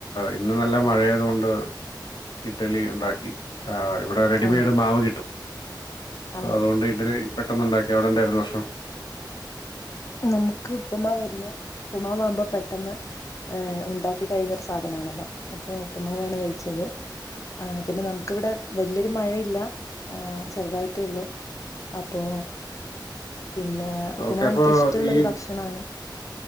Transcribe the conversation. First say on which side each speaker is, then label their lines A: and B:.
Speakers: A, on the left; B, on the left.
A: ഇന്ന് നല്ല മഴ ആയതുകൊണ്ട് ഇഡലി ഉണ്ടാക്കി ആഹ് ഇവിടെ റെഡിമെയ്ഡ്
B: ആഹ്
A: മാവ് കിട്ടും അപ്പൊ
B: ആഹ്
A: അതുകൊണ്ട് ഇഡിലി പെട്ടെന്ന് ഉണ്ടാക്കി അവിടെ എന്തായിരുന്നു ഭക്ഷണം
B: നമുക്ക് ഉപ്പുമാവ് ആയിരുന്നു ഉപ്പമാവാവുമ്പോ പെട്ടെന്ന് ഏഹ് ഉണ്ടാക്കി കഴിയുന്നൊരു സാധനാണല്ലോ അപ്പൊ ഉപ്പ്മാവാണ് കഴിച്ചത് ആഹ് പിന്നെ നമുക്ക് ഇവിടെ വലിയൊരു മഴയില്ല ആഹ് ചെറുതായിട്ടേ ഉള്ളൂ അപ്പൊ പിന്നെ ഉപ്പുമാവ്
A: ഓക്കെ അപ്പൊ
B: എനിക്ക് ഇഷ്ടമുള്ളൊരു
A: ഈ
B: ഭക്ഷണാണ്